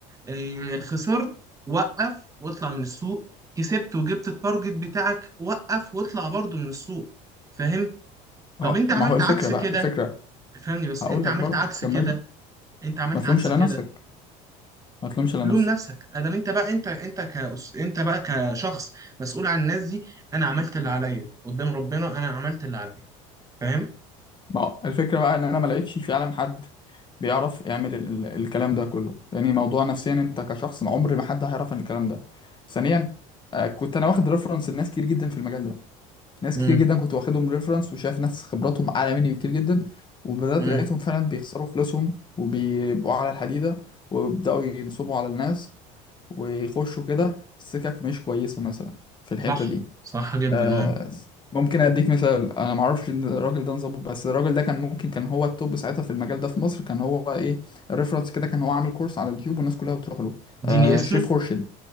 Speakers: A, on the right (about 20°); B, on the left (about 30°).
A: آه، خسرت وقف واطلع من السوق كسبت وجبت التارجت بتاعك وقف واطلع برضو من السوق فاهم طب
B: اه
A: انت
B: ما
A: عملت
B: هو الفكرة
A: عكس
B: بقى
A: كده
B: الفكرة
A: فني بس
B: هقول
A: انت
B: لك
A: عملت
B: برضه
A: عكس
B: كمل
A: كده
B: لك
A: انت عملت
B: ما تلومش
A: عكس
B: على
A: كده
B: نفسك ما تلومش على
A: لوم
B: نفسك
A: نفسك ادام انت بقى انت انت كأس... انت بقى كشخص مسؤول عن الناس دي انا عملت اللي عليا قدام ربنا انا عملت اللي عليا فاهم
B: ما هو الفكرة بقى ان انا ما لقيتش فعلا حد بيعرف يعمل ال ال الكلام ده كله يعني موضوع نفسيا انت كشخص عمر ما حد هيعرف عن الكلام ده ثانيا آه كنت انا واخد ريفرنس لناس كتير جدا في المجال ده ناس
A: امم
B: كتير جدا كنت واخدهم ريفرنس وشايف ناس خبراتهم اعلى مني بكتير جدا وبدأت
A: امم
B: لقيتهم فعلا بيخسروا فلوسهم وبيبقوا على الحديدة ويبدأوا ينصبوا على الناس ويخشوا كده سكك مش كويسة مثلا في الحتة
A: صح
B: دي
A: صح جدا
B: آه،
A: اه
B: ممكن اديك مثال انا ما اعرفش ان الراجل ده نظبط بس الراجل ده كان ممكن كان هو التوب ساعتها في المجال ده في مصر كان هو ايه ريفرنس كده كان هو عامل كورس على اليوتيوب والناس كلها بتروح له
A: اديني
B: آه
A: اسمه
B: شريف خورشيد